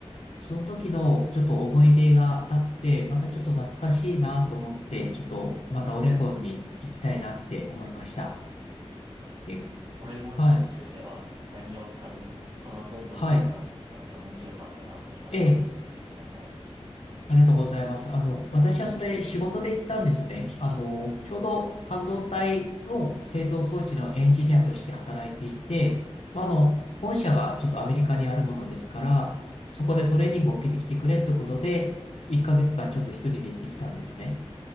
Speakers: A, on the left (about 75°); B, on the right (about 50°).
A: その時のちょっと思い出があって、またちょっと懐かしいなと思って、ちょっとまたオレゴンに行きたいなって思いました。
B: はい。
A: え、
B: オレゴン州では何をされ、
A: はい、
B: そんなどんな思い出があったのか、
A: はい。
B: もしよかったらお聞かせしください。
A: ええありがとうございます。あの、私はそれ仕事で行ったんですね。あの、ちょうど半導体の製造装置のエンジニアとして働いていて、まあ、あの、本社がちょっとアメリカにあるものですから、そこでトレーニングを受けてきてくれってことで、
B: はい。
A: 1ヶ月間ちょっと一人で行ってきたんですね。